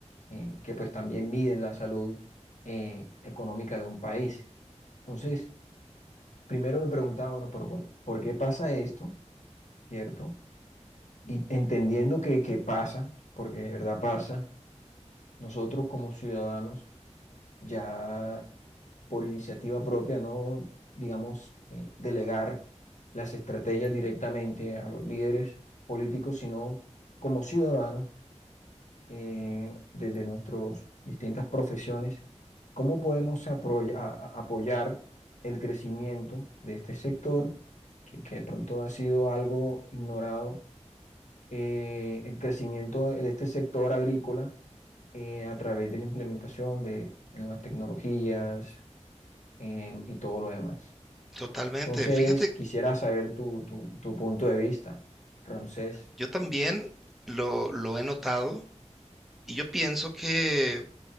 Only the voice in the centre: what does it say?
totalmente.
Fíjate,
yo también lo, lo he notado y yo pienso que,